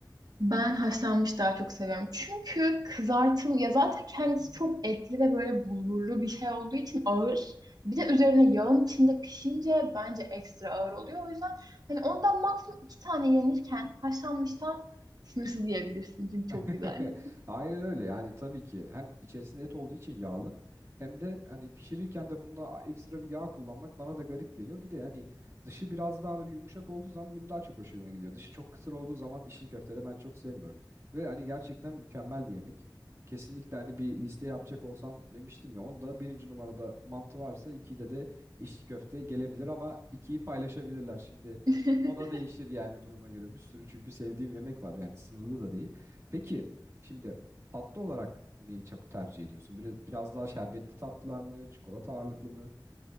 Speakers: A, on the right; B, on the right.
A: Ben haşlanmış daha çok seviyorum. Çünkü kızartım ya zaten kendisi çok etli ve böyle bulgurlu bir şey olduğu için ağır. Bir de üzerine yağın içinde pişince bence ekstra ağır oluyor. O yüzden hani ondan maksimum iki tane yenirken haşlanmıştan sınırsız yiyebilirsin. Çünkü çok
B: <laughs>
A: güzel.
B: Aynen öyle yani tabii ki hem içerisinde et olduğu için yağlı hem de hani pişirirken de bunda ekstra bir yağ kullanmak bana da garip geliyor. Bir de hani dışı biraz daha böyle yumuşak olduğu zaman benim daha çok hoşuma gidiyor. Dışı çok kısır olduğu zaman içli köfteleri ben çok sevmiyorum. Ve hani gerçekten mükemmel bir yemek. Kesinlikle hani bir liste yapacak olsam demiştim ya onda birinci numarada mantı varsa ikide de içli köfte gelebilir ama ikiyi paylaşabilirler. Şimdi
A: <laughs>
B: o da değişir yani duruma göre bir sürü çünkü sevdiğim yemek var yani sınırlı da değil. Peki şimdi tatlı olarak neyi çok tercih ediyorsun? Biraz, biraz daha şerbetli tatlılar mı, çikolata ağırlıklı mı?